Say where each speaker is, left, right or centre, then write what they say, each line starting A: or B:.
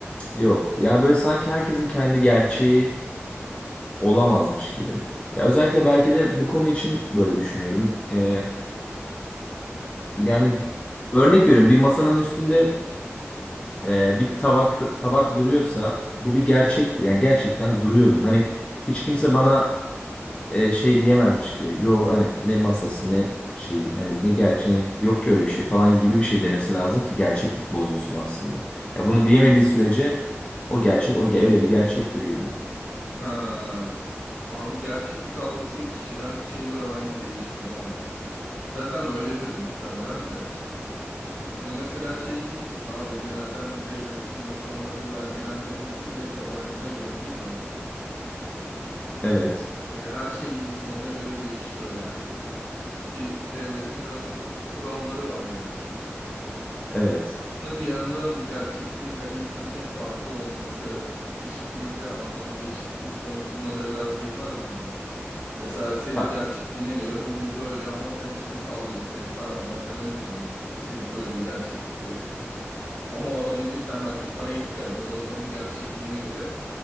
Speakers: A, on the left; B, on the left.
A: yok. Yani böyle sanki herkesin kendi gerçeği olamazmış gibi. Ya özellikle belki de bu konu için böyle düşünüyorum. Ee, yani
B: Hı hı.
A: örnek veriyorum bir masanın üstünde e, bir tabak tabak duruyorsa bu bir gerçektir. Yani gerçekten duruyordur. Hani hiç kimse bana e, şey diyemezmiş gibi. Yo hani ne masası ne şeyi hani ne gerçeği hani yok ki öyle bir şey falan gibi bir şey demesi lazım ki gerçeklik bozulsun aslında. Ya bunu diyemediği sürece o gerçek o ge- öyle bir gerçektir gibi.
B: Ha. Abi gerçeklik algısı kişiden kişiye göre bence değişmeli ama ya. Zaten öyledir muhtemelen de. Hani mesela şey gibi düşün abi genelde hani devletin insanları vergilendirmesi bile kazancına göre değil mi?
A: Evet.
B: Hani her şey insanına göre değişiyor yani. Ki devletin katı kuralları var yani.
A: Evet.
B: Aslında bir yandan gerçekliğin her insan için farklı olması eşitliği de anlam eşitlik konusuna da biraz girmez mi abi? Mesela senin
A: Ha,
B: gerçekliğine göre bu bu böyle ama sen işte sallıyorum senin paran var sen o yüzden sen böyle bir gerçeklikte yaşıyorsun. Ama o adamın cidden belki paraya ihtiyacı var. O adamın gerçekliğine göre